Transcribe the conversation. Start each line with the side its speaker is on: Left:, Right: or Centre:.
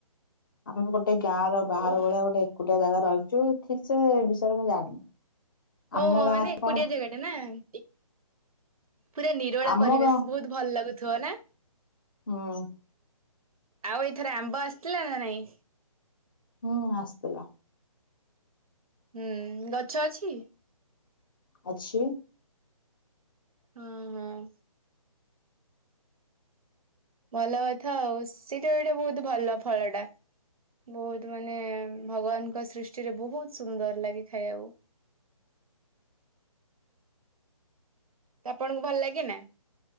Left: ଆମେ ପ ଗୋଟେ ଗାଁ ର ବାହାର
Right: ଓଃ
Left: ଭଳିଆ ଗୋଟେ ଏକୁଟିଆ ଜାଗା ରହିଛୁ ଠିକ ସେ ବିଷୟରେ ମୁଁ ଜାଣିନି।
Right: ଓହୋ
Left: ଆମ ଗାଁ
Right: ମାନେ
Left: ରେ
Right: ଏକୁଟିଆ ଜାଗା ଟା ନା, ଏ ପୁରା ନିରୋଳା
Left: ଆମ
Right: ପରିବେଶ
Left: ଗାଁ
Right: ବହୁତ ଭଲ ଲାଗୁଥିବ ନା?
Left: ହୁଁ
Right: ଆଉ ଏଥର ଆମ୍ବ ଆସିଥିଲା ନା ନାଇଁ?
Left: ହୁଁ ଆସଥିଲା।
Right: ହୁଁ ଗଛ ଅଛି।
Left: ଅଛି।
Right: ହଁ। ଭଲ କଥା ଆଉ ସେଇଟା ଏଇଟେ ବହୁତ ଭଲ ଫଳ ଟା? ବହୁତ ମାନେ ଭଗବାନଙ୍କ ସୃଷ୍ଟିରେ ବହୁତ ସୁନ୍ଦର ଲାଗେ ଖାଇବାକୁ। ତ ଆପଣଙ୍କୁ ଭଲ ଲାଗେ ନା?